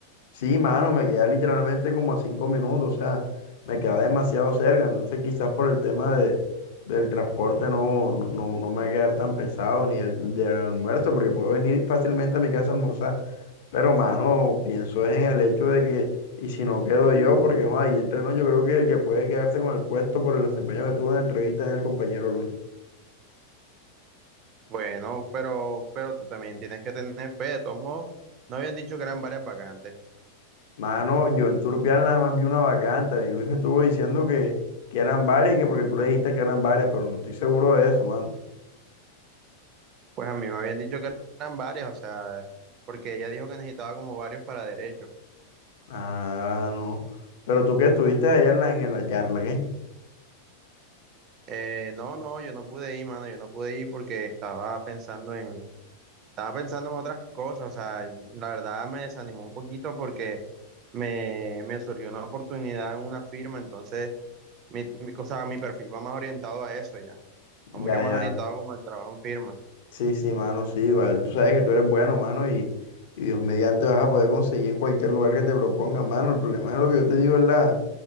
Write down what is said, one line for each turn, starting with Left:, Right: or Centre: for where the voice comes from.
Left: Sí, mano, me queda literalmente como a 5 minutos, o sea, me queda demasiado cerca, entonces quizás por el tema de, del transporte no, no, no, no me va a quedar tan pesado, ni el del almuerzo, porque puedo venir fácilmente a mi casa a almorzar. Pero, mano, pienso es en el hecho de que, y si no quedo yo, porque, Juan, ahí entre nos, yo creo que el que puede quedarse con el puesto por el desempeño que tuvo en la entrevista es el compañero Luis.
Right: Bueno, pero, pero tú también tienes que tener fe, de todos modos, no habían dicho que eran varias vacantes.
Left: Mano, yo en Turpial nada más vi una vacante, y Luis me estuvo diciendo que, que eran varias, que porque tú le dijiste que eran varias, pero no estoy seguro de eso, mano.
Right: Pues a mí me habían dicho que eran varias, o sea, porque ella dijo que necesitaba como varios para derecho.
Left: Ah, no. Pero tú que estuviste allá en la, en la charla, ¿qué?
Right: Eh, no, no, yo no pude ir, mano, yo no pude ir porque estaba pensando en, estaba pensando en otras cosas, o sea, y la verdad me desanimó un poquito porque me, me surgió una oportunidad en una firma, entonces, mi, mi, o sea, mi perfil va más orientado a eso ya,
Left: Ya,
Right: va mucho más
Left: ya.
Right: orientado como al trabajo en firma.
Left: Sí, sí, mano, sí, igual. Tú sabes que tú eres bueno, mano, y, y Dios mediante vas a poder conseguir en cualquier lugar que te propongan, mano. El problema es lo que yo te digo, es la